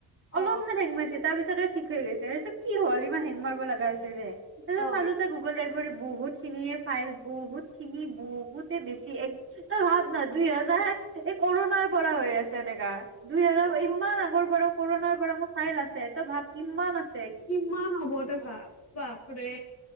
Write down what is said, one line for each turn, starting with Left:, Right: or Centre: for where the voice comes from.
Right: অলপমান
Left: অ
Right: হেং মাৰছে, তাৰপিছতে ঠিক হৈ গৈছে, ভাইছোঁ কি হ'ল ইমান হেং মাৰবা লাগা হৈছে যে <unintelligible>
Left: অ অ
Right: গুগল ড্ৰাইভ বহুত খিনিয়ে ফাইল, বহুত খিনি, বহুতে বেছি, এক তই ভাৱ না, দুই হাজাৰ এই কৰোণাৰ পৰা হৈ আছে এনেকা দুই হাজাৰ
Left: অ
Right: ইমান আগৰ পৰা কৰণাৰ পৰা মোৰ ফাইল আছে তে, তই ভাৱ কিমান আছ
Left: কিমান হ'ব তই ভাব, বাপৰে